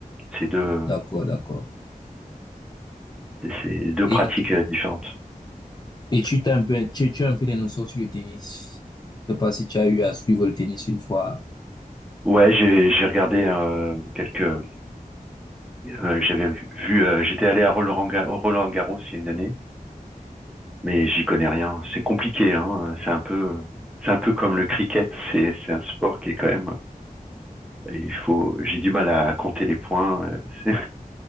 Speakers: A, in the centre; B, on the left.
A: C'est deux,
B: D'accord, d'accord.
A: euh, c'est deux pratiques
B: Et,
A: euh, différentes.
B: et tu t'as un peu, tu, tu as un peu des notions sur le tennis. Je sais pas si tu as eu à suivre le tennis une fois
A: Ouais, j'ai j'ai regardé euh, quelques. euh, J'avais vu. euh, J'étais allé à Roland Garros il y a une année Mais j'y connais rien. C'est compliqué, hein. C'est un peu, c'est un peu comme le cricket. C'est, c'est un sport qui est quand même, il faut, j'ai du mal à compter les points. <laughs> euh, C'est,